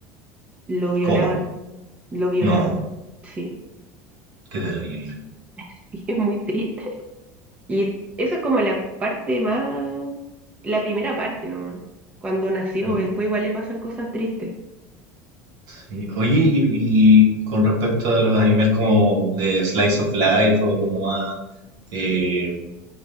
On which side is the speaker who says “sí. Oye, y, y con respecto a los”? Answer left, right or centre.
Right